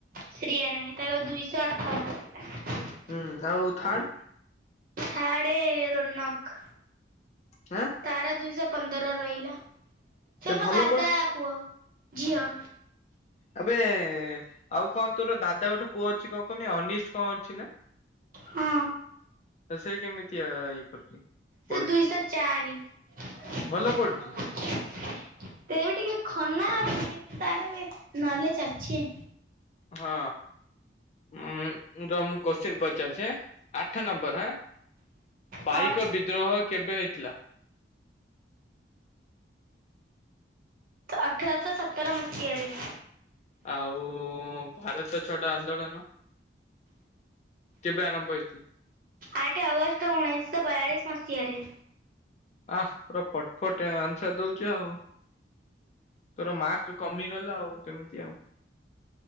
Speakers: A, on the right (about 50°); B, on the left (about 40°).
A: ଶ୍ରୀୟା ରାଣୀ ତାର ଦୁଇଶ ଅଠର ରହିଲା।
B: ହୁଁ ଆଉ ଥାର୍ଡ
A: ଥାଡେ ରୋନକ।
B: ଆ
A: ତାର ଦୁଇଶ ପନ୍ଦର ରହିଲା। ସେ ମୋ
B: ଭଲ
A: ଦାଦା
B: ପଢ
A: ପୁଅ, ଝିଅ।
B: ଆବେ ଆଉ କଣ ତୋର ଦାଦା ଗୋଟେ ପୁଅ ଅଛି କଣ କହନି ଅନିଶ କଣ ଅଛି ନା?
A: ହଁ
B: ତ ସେ କେମିତି ଅ ଏଇ କରୁଛି? ପଢୁଛି?
A: ସେ ଦୁଇଶ ଚାରି। ତେ
B: ଭଲ ପଢୁଛି ସେ
A: ବି ଟିକେ ଖନା ଅଛି କିନ୍ତୁ ତାର ବି ନଲେଜ ଅଛି।
B: ହଁ ଉଁ। ରହ ମୁଁ କୋଶ୍ଚିନ୍ ପଚାରୁଛି ଆଠ ନମ୍ବର ହାଁ ପାଇକ
A: ହଁ
B: ବି ବିଦ୍ରୋହ କେବେ ହେଇଥିଲା?
A: ଅଠରଶ ସତର ମସିହା ରେ।
B: ଆଉ ଭାରତ ଛାଡ ଆନ୍ଦୋଳନ। କେବେ ଆରମ୍ଭ ହେଇଥିଲା?
A: ଆଠ ଅଗଷ୍ଟ ଉଣେଇଶହ ବୟାଳିଶ ମସିହାରେ।
B: ଆ ତୋ ଫଟ ଫଟ ଆନ୍ସର ଦଉଛି ଆଉ। ତୋର ମାର୍କ କମିଗଲା ଆଉ କେମିତି ଆଉ।